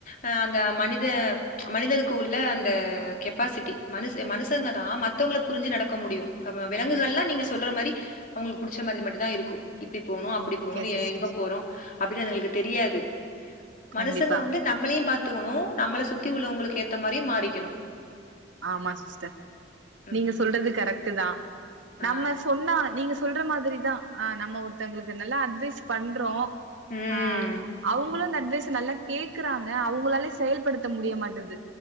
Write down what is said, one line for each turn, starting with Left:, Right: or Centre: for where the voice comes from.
Left: அ அந்த மனித ச் மனிதனுக்கு உள்ள அந்த கெப்பாசிட்டி மனுஷ மனுஷங்க தா ம மத்தவங்கள புரிஞ்சு நடக்க முடியு விலங்குகள் எல்லா நீங்க சொல்ற மாரி அவுங்களுக்கு புடிச்ச மாரிதா மட்டு தா இருக்கு இப்டி போனு அப்டி
Right: ஓகே
Left: போகணு
Right: சிஸ்டர்
Left: எங்க போறோ அப்டினு அதுங்களுக்கு தெரியாது
Right: கண்டிப்பா
Left: மனுசங்க வந்து நம்மளையு பாத்துக்கணு நம்மள சுத்தி உள்ளவங்களுக்கு ஏத்த மாரியு மாறிக்கணு
Right: ஆமா சிஸ்டர்
Left: ம்.
Right: நீங்க சொல்றது
Left: அது
Right: கரெக்டு தா
Left: ஆ.
Right: நம்ம சொன்னா நீங்க சொல்ற மாதிரி தா ஆ நம்ம ஒருத்தவங்களுக்கு நல்லா அட்வைஸ் பண்றோ
Left: ம்.
Right: ஆ அவுங்களு அந்த அட்வைஸ் நல்லா கேக்குறாங்க அவுங்களாலே செயல்படுத்த முடிய மாட்டது